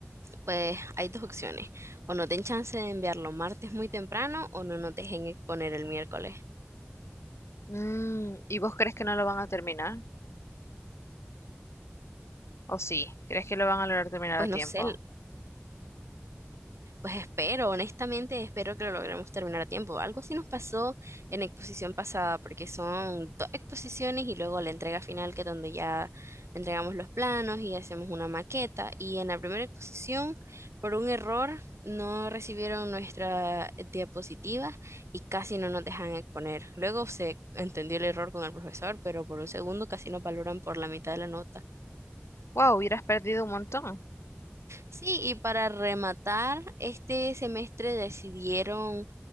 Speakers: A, on the right (about 85°); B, on the left (about 75°).
A: Pues hay dos opciones, o no den chance de enviarlo martes muy temprano o no nos dejen exponer el miércoles.
B: Mm, ¿y vos crees que no lo van a terminar? ¿O sí? ¿Crees que lo van a lograr terminar
A: Pues
B: a tiempo?
A: no sé, Pues espero, honestamente, espero que lo logremos terminar a tiempo. Algo así nos pasó en la exposición pasada, porque son dos exposiciones y luego la entrega final, que es donde ya entregamos los planos y hacemos una maqueta. Y en la primera exposición, por un error, no recibieron nuestra diapositiva y casi no nos dejan exponer. Luego se entendió el error con el profesor, pero por un segundo casi nos valoran por la mitad de la nota.
B: Wow, hubieras perdido un montón.
A: Sí, y para rematar, este semestre decidieron